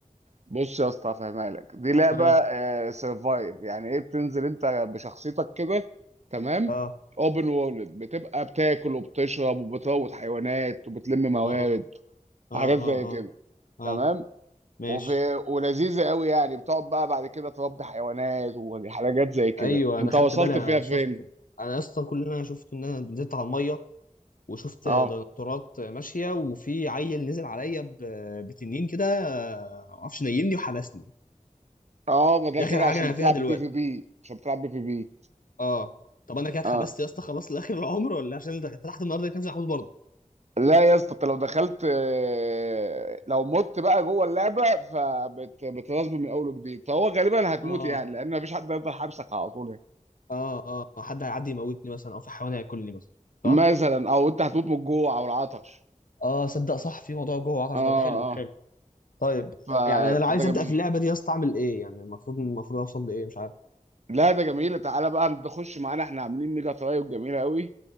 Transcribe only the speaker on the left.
اه
اه
اه اه
اه
اه اه
ماشي
ايوه
انا خدت
بالي انا
شفت انا يا اسطى كل اللي انا شفته ان انا نزلت على الميه وشفت
ديناصورات ماشيه وفي عيل نزل عليا ب- بتنين كده آه، ما اعرفش نيمني وحبسني
دي
اخر حاجه
انا
فيها دلوقتي
اه طب انا كده اتحبست
يا اسطى خلاص لاخر العمر ولا عشان ده فتحت النهارده كان محبوس برضه
اه
اه اه آه، حد هيعدي يموتني مثلا او في حيوان هياكلني مثلا صح
اه صدق صح في موضوع جوه العطش
ده حلو حلو
طيب
يعني انا لو عايز
ابدا في اللعبه دي يا اسطى اعمل ايه يعني المفروض المفروض اوصل لايه مش عارف